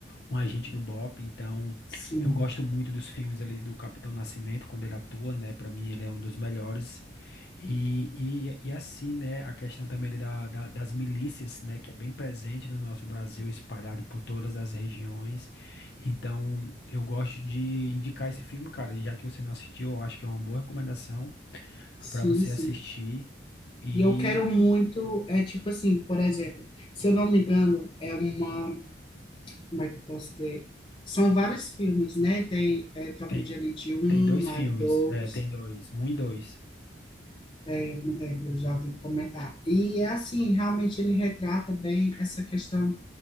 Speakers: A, on the left; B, on the left.
A: um agente do BOP, então
B: Sim,
A: eu gosto muito dos filmes ali do Capitão Nascimento, quando ele atua, né? Para mim, ele é um dos melhores. E, e, e assim, né? A questão também ali da, da- das milícias, né? Que é bem presente no nosso Brasil, espalhado por todas as regiões. Então, eu gosto de indicar esse filme, cara. e Já que você não assistiu, eu acho que é uma boa recomendação
B: sim,
A: para você
B: sim.
A: assistir. E
B: E eu quero muito, é tipo assim, por exemplo, se eu não me engano, é uma, como é que eu posso dizer? São vários filmes, né? Tem é, Tropa
A: tem,
B: de Elite um
A: tem dois
B: aí
A: filmes,
B: 2
A: é, tem dois, um e dois.
B: é, eu me lembro, eu já ouvi comentar. E é assim, realmente ele retrata bem essa questão